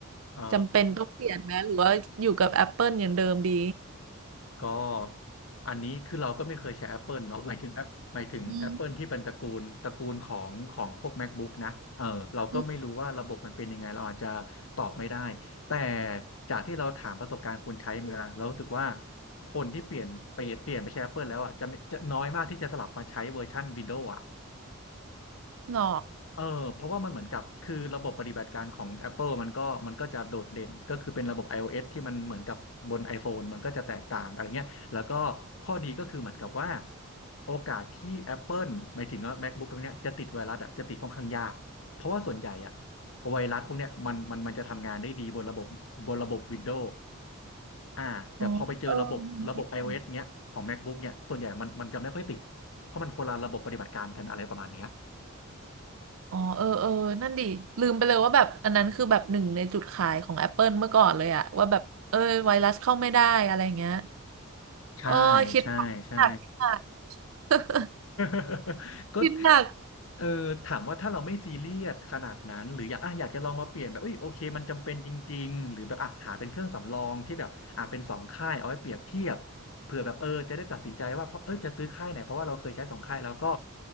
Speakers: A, on the left; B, on the right.
A: อ๋อ
B: จำเป็นต้องเปลี่ยนไหมหรือว่าอยู่กับ Apple อย่างเดิมดี
A: ก็อันนี้คือเราก็ไม่เคยใช้ Apple เนาะหมายถึง App- หมายถึง
B: อืม
A: Apple ที่เป็นตระกูลตระกูลของของพวก MacBook นะเออเราก็ไม่รู้ว่าระบบมันเป็นยังไงเราอาจจะตอบไม่ได้
B: อืม
A: แต่จากที่เราถามประสบการณ์คนใช้มาเรารู้สึกว่าคนที่เปลี่ยนไปเปลี่ยนไปใช้ Apple แล้วอ่ะจะจะน้อยมากที่จะสลับมาใช้เวอร์ชัน Windows อ่ะ
B: หรอ
A: เออเพราะว่ามันเหมือนกับคือระบบปฏิบัติการของ Apple มันก็มันก็จะโดดเด่นก็คือเป็นระบบ iOS ที่มันเหมือนกับบน iPhone มันก็จะแตกต่างอะไรเงี้ยแล้วก็ข้อดีก็คือเหมือนกับว่าโอกาสที่ Apple หมายถึงว่า MacBook พวกเนี้ยจะติดไวรัสอ่ะจะติดค่อนข้างยากเพราะว่าส่วนใหญ่อ่ะไวรัสพวกเนี้ยมันมันมันจะทำงานได้ดีบนระบบบนระบบ Windows อ่าแต่พอไปเจอระบบระบบ
B: อ๋อเออลืมคิดไป
A: iOS เงี้ยของ MacBook เนี่ยส่วนใหญ่มันมันจะไม่ค่อยติดเพราะมันคนละระบบปฏิบัติการกันอะไรประมาณเนี้ย
B: อ๋อเออเออนั่นดิลืมไปเลยว่าแบบอันนั้นคือแบบหนึ่งในจุดขายของ Apple เมื่อก่อนเลยอะว่าแบบเออไวรัสเข้าไม่ได้อะไรเงี้ย
A: ใช่
B: เออคิดหนักคิดหนัก
A: ใช่ ใช่
B: <laughs>
A: <laughs> ก็
B: คิดหนัก
A: เออถามว่าถ้าเราไม่ซีเรียสขนาดนั้นหรืออยากอ่ะอยากจะลองมาเปลี่ยนแบบเอ้ยโอเคมันจำเป็นจริงๆหรือแบบอ่ะหาเป็นเครื่องสำรองที่แบบอ่ะเป็นสองค่ายเอาไว้เปรียบเทียบเผื่อแบบเออจะได้ตัดสินใจว่าเพราะเออจะซื้อค่ายไหนเพราะว่าเราเคยใช้สองค่ายแล้วก็